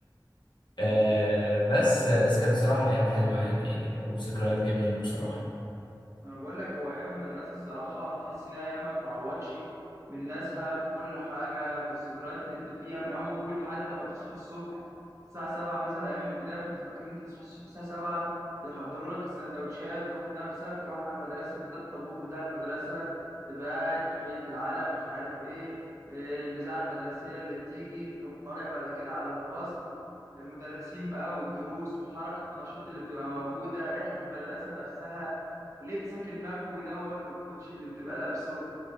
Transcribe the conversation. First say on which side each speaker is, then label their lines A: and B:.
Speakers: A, on the left; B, on the right.
A: آه، بس بس كانت بصراحه ايام حلوه يعني وذكريات جميله بصراحه
B: انا بقول لك هو ايام المدرسه الصراحه بتحس ان هي ايام ما تتعوضش بالناسها بكل حاجه بالذكريات اللي انت فيها من اول حتى ما تصحى الصبح الساعه 7 مثلا ايام الابتدائي كنت فاكر ان انت تصحى الصبح الساعه 7 يحضروا لك السندوتشات وتاخد نفسك تروح على المدرسه كده الطابور بتاع المدرسه تبقى قاعد تحيه العلم مش عارف ايه إيه المذاعه المدرسيه اللي بتيجي تروح طالع بعد كده على الفصل المدرسين بقى والدروس وحركه النشاط اللي بتبقى موجوده ريحه المدرسه نفسها لبسك المكوي دوت والكوتشي اللي بتبقى لابسه